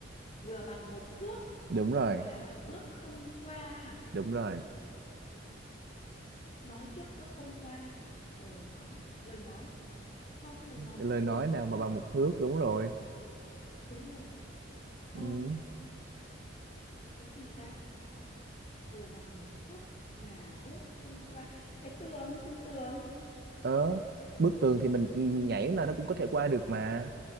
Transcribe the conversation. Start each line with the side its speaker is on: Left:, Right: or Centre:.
Left: vừa bằng một thước
Right: <laughs> đúng rồi
Left: mà bước không qua hả?
Right: đúng rồi
Left: nói trước bước không qua lời nói lời nói cũng không lời nói
Right: lời
Left: có phải bằng
Right: nói
Left: một
Right: nào
Left: thước
Right: mà
Left: đâu
Right: bằng một thước đúng rồi
Left: đúng rồi Ờ,
Right: ừ.
Left: cái gì ta vừa bằng một thước mà bước không qua cái tường bức tường
Right: ờ bức tường thì mình nhảy là nó cũng có thể qua được mà